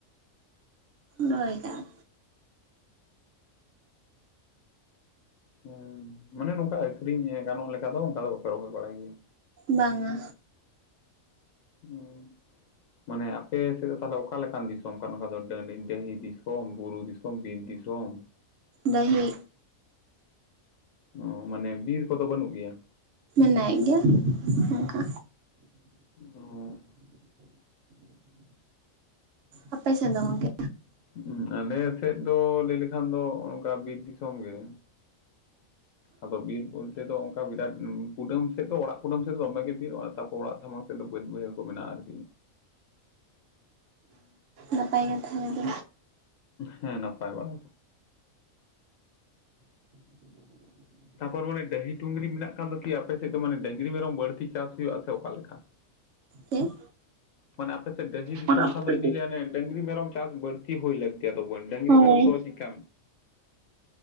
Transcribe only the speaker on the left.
ᱦᱮᱸ ᱢᱟᱱᱮ ᱱᱚᱝᱠᱟ ᱟᱹᱠᱷᱨᱤᱧ ᱜᱟᱱᱚᱜ ᱞᱮᱠᱟ ᱫᱚ ᱚᱱᱠᱟ ᱫᱚ ᱵᱟᱯᱮ ᱨᱚᱦᱚᱭ ᱵᱟᱲᱟᱭ ᱜᱮᱭᱟ
ᱚ ᱢᱟᱱᱮ ᱟᱯᱮ ᱥᱮᱫ ᱫᱚ ᱛᱟᱦᱚᱞᱮ ᱚᱠᱟ ᱞᱮᱠᱟᱱ ᱫᱤᱥᱚᱢ ᱠᱟᱱᱟ, ᱰᱟᱹᱦᱤ ᱫᱤᱥᱚᱢ ᱵᱩᱨᱩ ᱫᱤ ᱥᱚᱵ ᱵᱤᱨ ᱫᱤᱥᱚᱢ
ᱚ ᱢᱟᱱᱮ ᱵᱤᱨ ᱠᱚᱫᱚ ᱵᱟᱹᱱᱩᱜ ᱜᱮᱭᱟ
ᱚ
ᱦᱩᱸ, ᱟᱞᱮ ᱥᱮᱫ ᱫᱚ ᱞᱟᱹᱭ ᱞᱮᱠᱷᱟᱱ ᱫᱚ ᱚᱝᱠᱟ ᱵᱤᱨ ᱫᱤᱥᱚᱢ ᱜᱮ ᱟᱫᱚ ᱵᱤᱨ ᱵᱚᱞᱛᱮᱹ ᱫᱚ ᱚᱱᱠᱟ ᱵᱤᱨᱟᱴ ᱠᱩᱴᱟᱹᱢ ᱥᱮᱫ ᱫᱚ ᱚᱲᱟᱜ ᱠᱩᱰᱟᱹᱢ ᱥᱮᱫ ᱫᱚᱢᱮᱜᱮ ᱵᱤᱨᱚᱜᱼᱟ, ᱛᱟᱯᱚᱨ ᱚᱲᱟᱜ ᱥᱟᱢᱟᱝ ᱥᱮᱫ ᱫᱚ ᱵᱟᱹᱫᱽ ᱵᱟᱹᱭᱦᱟᱹᱲ ᱠᱚ ᱢᱮᱱᱟᱜᱼᱟ ᱟᱹᱨᱠᱤ᱾
ᱦᱮᱸ ᱱᱟᱯᱟᱭ ᱵᱟᱲᱟ ᱛᱟᱯᱚᱨ ᱚᱱᱮ ᱰᱟᱹᱦᱤ ᱰᱩᱝᱨᱤ ᱢᱮᱱᱟᱜ ᱠᱟᱱ ᱫᱚ ᱠᱤ ᱟᱯᱮ ᱥᱮᱫ ᱫᱚ ᱢᱟᱱᱮ ᱰᱟᱹᱝᱨᱤ ᱢᱮᱨᱚᱢ ᱵᱟᱹᱲᱛᱤ ᱪᱟᱥ ᱦᱩᱭᱩᱜᱼᱟ ᱥᱮ ᱚᱠᱟ ᱞᱮᱠᱟ? <unintelligible>
ᱢᱟᱱᱮ ᱟᱯᱮ ᱥᱮᱫ ᱰᱟᱦᱤ ᱫᱤᱥᱚᱢ
ᱠᱷᱟᱱ ᱫᱚ
ᱤᱧᱫᱩᱧ ᱞᱟᱹᱭᱟ ᱚᱱᱮ ᱰᱟᱝᱨᱤ ᱢᱮᱨᱚᱢ ᱪᱟᱥ ᱵᱟᱲᱛᱤ ᱦᱳᱭ ᱫᱚ ᱵᱚᱱ ᱰᱟᱝᱨᱤ
ᱢᱮᱨᱚᱢ ᱫᱚ ᱪᱮᱫ ᱠᱟᱹᱢᱤ